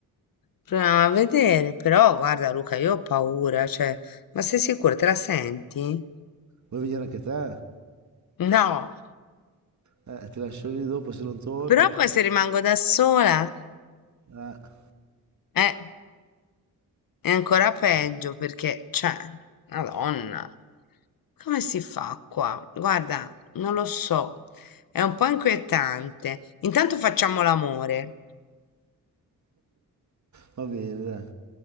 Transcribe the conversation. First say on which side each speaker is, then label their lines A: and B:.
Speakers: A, on the left (about 65°); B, on the right (about 50°).
A: proviamo a vedere, però guarda Luca, io ho paura, cioè, ma sei sicuro? Te la senti?
B: Vuoi venire anche te?
A: No.
B: Eh, ti lascio lì dopo se non torno?
A: Però poi se rimango da sola...
B: Eh,
A: Eh, è ancora peggio perché, cioè, Madonna, come si fa qua? Guarda, non lo so, è un po' inquietante. Intanto facciamo l'amore,
B: va bene, dai,